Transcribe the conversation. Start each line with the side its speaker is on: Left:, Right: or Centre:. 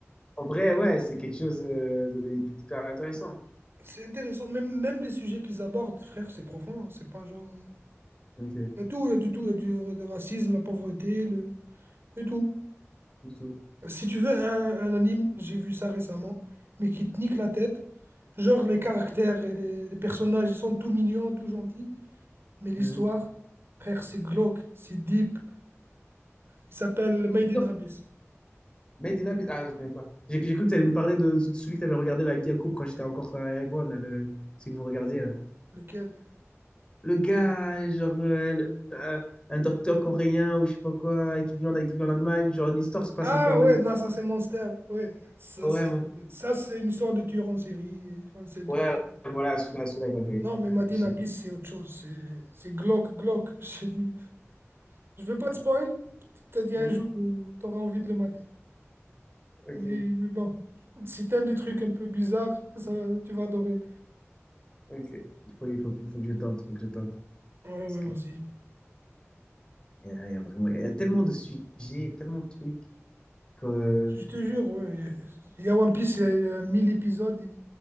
Left: en vrai, ouais, c'est quelque chose euh, de- d'hyper intéressant.
Right: c'est intéressant. Même, même les sujets qu'ils abordent, frère, c'est profond. hein. C'est pas genre...
Left: Ok,
Right: Il y a tout, il y a du tout. Il y a du, du racisme, la pauvreté, le... et tout.
Left: du tout.
Right: Si tu veux un, un anime, j'ai vu ça récemment, mais qui te nique la tête. Genre les caractères et les, les personnages, ils sont tout mignons, tout gentils. Mais l'histoire,
Left: Mhm.
Right: frère, c'est glauque, c'est deep. Il s'appelle Made in
Left: Donc,
Right: Abyss.
Left: Made in Abyss, ah, je connais pas. J'ai j'ai cru que tu allais me parler de, de celui que tu avais regardé avec Yacoub quand j'étais encore à Erevan, là, le, celui que vous regardiez, là.
Right: Lequel?
Left: Le gars, genre, euh, le- euh, un docteur coréen ou je sais pas quoi, qui vit en, qui vit en Allemagne, genre, l'histoire se passe
Right: Ah
Left: un peu en Allemagne.
Right: ouais, non, ça c'est Monster. Ouais, ça
Left: Ouais,
Right: c'est
Left: ouais.
Right: ça c'est une histoire de tueur en série. On sait de...
Left: Ouais, voilà, celui-là, celui-là, il m'avait
Right: Non, mais
Left: il m'avait
Right: Made
Left: fait
Right: in
Left: chier.
Right: Abyss, c'est autre chose. C'est c'est glauque, glauque. <laughs> Je te dis, je veux pas te spoil. Peut-être il
Left: Oui,
Right: y a un jour où tu auras envie de le mater.
Left: ok,
Right: Mais, mais bon, si t'aimes des trucs un peu bizarres, ça, tu vas adorer.
Left: ok. Il faut, il faut, il faut que je tente, il faut que je tente.
Right: Ouais,
Left: Parce
Right: ouais,
Left: que
Right: vas-y.
Left: il y a, il y a vraiment, il y a tellement de sujets, tellement de trucs que...
Right: Je te jure, ouais. Il y a One Piece, il y a 1000 épisodes, et